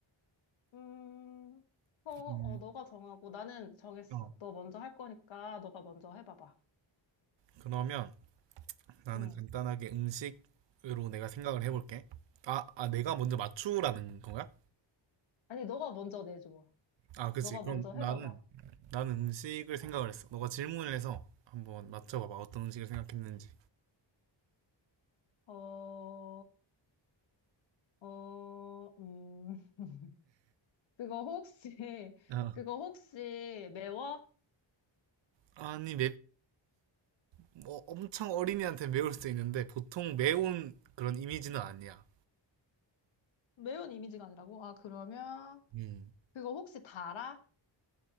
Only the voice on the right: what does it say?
음,
어.
그러면 나는
간단하게 음식으로 내가 생각을 해볼게. 아, 아, 내가 먼저 맞추라는 건가?
아, 그치.
그럼
나는
나는 음식을 생각을 했어. 너가 질문을 해서 한번 맞춰봐봐. 어떤 음식을 생각했는지.
어.
아니, 뭐 엄청 어린이한테 매울 수 있는데 보통 매운 그런 이미지는 아니야.
음.